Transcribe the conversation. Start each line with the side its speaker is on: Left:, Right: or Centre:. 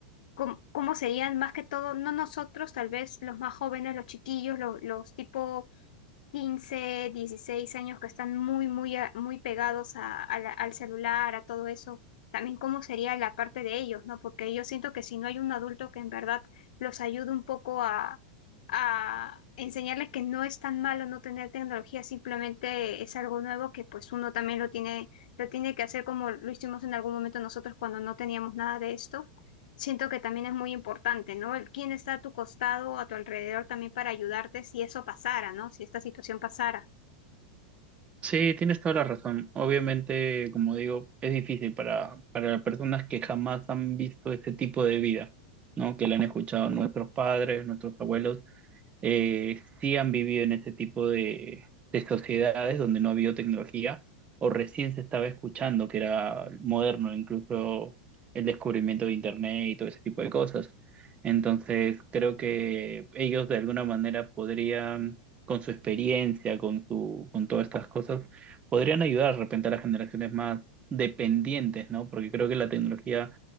Left: com- ¿cómo, serían más que todo, no nosotros, tal vez los más jóvenes, los chiquillos, los, los tipo 15, 16 años que están muy, muy, a- muy pegados a- a la- al celular, a todo eso, también cómo sería la parte de ellos, ¿no? Porque yo siento que si no hay un adulto que en verdad los ayude un poco a, a enseñarles que no es tan malo no tener tecnología, simplemente es algo nuevo que pues uno también lo tiene, lo tiene que hacer como lo hicimos en algún momento nosotros cuando no teníamos nada de esto Siento que también es muy importante, ¿no? El quién está a tu costado, a tu alrededor también para ayudarte si eso pasara, ¿no? Si esta situación pasara.
Right: Sí, tienes toda la razón. Obviamente, como digo, es difícil para, para las personas que jamás han visto este tipo de vida, ¿no? Que la han escuchado nuestros padres, nuestros abuelos, eh, sí han vivido en este tipo de, de sociedades donde no ha habido tecnología o recién se estaba escuchando que era moderno incluso el descubrimiento de Internet y todo ese tipo de cosas. Entonces, creo que ellos de alguna manera podrían, con su experiencia, con su, con todas estas cosas, podrían ayudar de repente a las generaciones más dependientes, ¿no? Porque creo que la tecnología